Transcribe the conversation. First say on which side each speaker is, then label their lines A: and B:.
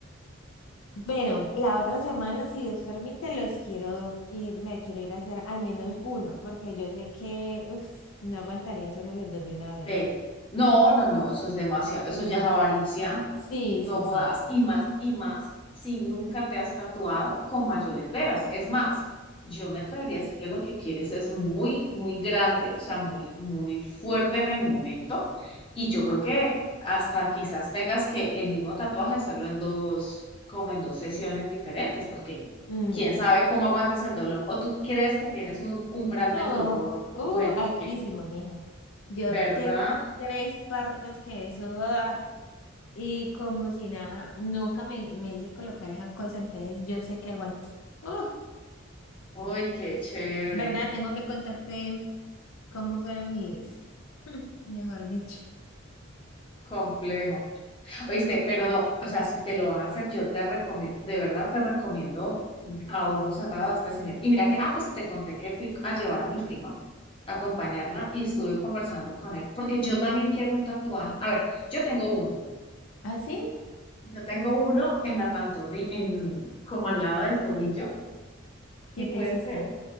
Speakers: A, on the left; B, on the left.
A: Bueno, la otra semana, si Dios permite, los quiero ir, me quiero ir a hacer al menos uno, porque yo sé que uf, no aguantaría hacerme los dos de una vez.
B: Ve, No, no, no, eso es demasiado, eso ya es avaricia,
A: Sí,
B: no
A: sí,
B: jodas,
A: sí, sí.
B: y más, y más, si nunca te has tatuado con mayores veras, es más, yo me atrevería a decir que lo que quieres es muy, muy grande, o sea, muy, muy fuerte en el momento, y yo creo que hasta quizás tengas que el mismo tatuaje hacerlo en dos, como en dos sesiones diferentes, porque
A: Mm.
B: quién sabe cómo aguantes el dolor, o tú crees que tienes un umbral
A: No,
B: del dolor,
A: uh,
B: bueno,
A: altísimo,
B: ¿quién?
A: mija. Yo
B: ¿Verdad?
A: tengo tres partos que eso, ah, y como si nada, nunca me, me hice colocar esa cosa, entonces yo sé que aguanto. Uh,
B: Uy, qué chévere,
A: ¿verdad? Tengo que contarte cómo fueron mis, <laughs> mejor dicho.
B: complejo. Oíste, pero no, o sea, si te lo vas a hacer, yo te recomiendo, de verdad te recomiendo a ojos cerrados a este señor. Y mira que, ah, pues te conté que fui a llevar a mi prima, a acompañarla
A: Sí.
B: y estuve conversando con él, porque yo también quiero un tatuaje. A ver, yo tengo uno,
A: ¿Así?
B: yo tengo uno en la pantorrilla, en, como al lado del tobillo,
A: ¿Qué
B: y puedes
A: te hiciste?
B: ver,